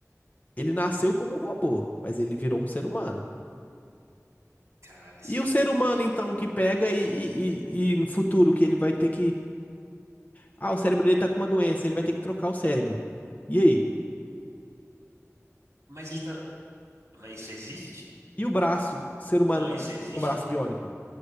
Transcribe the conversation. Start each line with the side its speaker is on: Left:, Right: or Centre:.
Left: Ele nasceu como um robô, mas ele virou um ser humano.
Right: Cara, esse
Left: E
Right: é
Left: o
Right: um
Left: ser
Right: debate.
Left: humano, então, que pega e, e, e e no futuro que ele vai ter que Ah, o cérebro dele tá com uma doença, ele vai ter que trocar o cérebro. E aí?
Right: Mas ele tá. Mas isso existe?
Left: E o braço, ser humano
Right: Não,
Left: do-
Right: isso existe?
Left: com braço biônico?